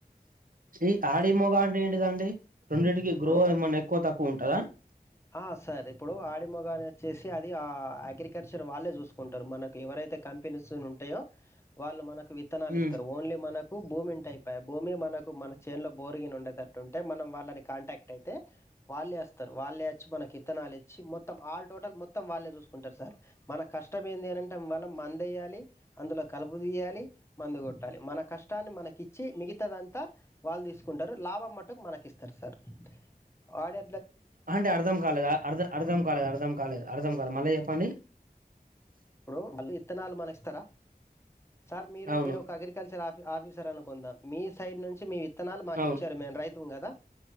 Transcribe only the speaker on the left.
ఇప్పుడు
ఆ సార్ ఇప్పుడు ఆడి మగని వచ్చేసి అది ఆ అగ్రికల్చర్ వాళ్ళే చూస్త చూసుకుంటారు మనకు ఎవరైతే కంపెనీస్ ఉంటాయో వాళ్ళు మనకు విత్తనాలు
ఇస్తారు ఓన్లీ మనకు భూమి అయి భూమి మనకు మన చేైన్ లో బోరిగిన్ ఉండేటట్టు ఉంటే మనం వాళ్ళని కాంటాక్ట్ అయితే వాళ్ళు వేస్త. వాళ్ళేచ్చి మనకి ఇత్తనాలు ఇచ్చి మొత్తం ఆల్ టోటల్ మొత్తం. మొత్తం వాళ్ళే చూసుకుంటారు సార్ మన కష్టం ఏ అంటే వల్ల మనం మం ద్ ఎయ్యాలి అందులో కలుపు తీయాలి మందు కొట్టాలి మన కష్టాన్ని మనకి ఇచ్చి మిగతదంతా వాళ్ళు తీసుకుంటారు లాభం మట్టుకు మనకి ఇస్తారు సార్ ఆడి
ఇప్పుడు అళ్ళ ఇత్తనాలు మనస్తారా. సార్ మీరు
మీరు ఒక అగ్రికల్చర్ ఆఫ ఆఫీసర్ అనుకుందాం మీ సైడ్ నుంచి మీ ఇత్తనాలు మాకు
ఇచ్చారు మేము రైతుం కదా